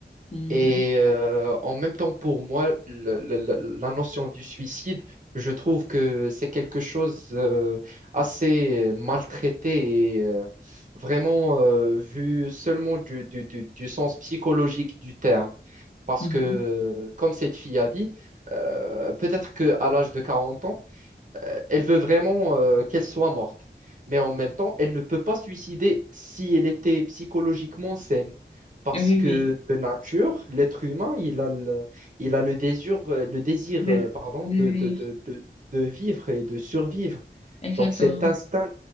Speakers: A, on the left; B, on the right.
A: Mhm,
B: Et euh, en même temps, pour moi, le- le- le- la notion du suicide, je trouve que c'est quelque chose euh, assez euh, maltraité et euh, vraiment euh, vu seulement du, du- du- du sens psychologique du terme. Parce
A: mhm.
B: que, euh, comme cette fille a dit, euh, peut-être qu'à l'âge de 40 ans, euh, elle veut vraiment euh, qu'elle soit morte. Mais en même temps, elle ne peut pas se suicider si elle était psychologiquement saine. Parce
A: Oui,
B: que
A: oui.
B: de nature, l'être humain, il a le, il a le désir, euh, le désir,
A: De-
B: euh, pardon,
A: oui,
B: de,
A: oui,
B: de, de, de, de vivre et de survivre.
A: exactement.
B: Donc cet instinct,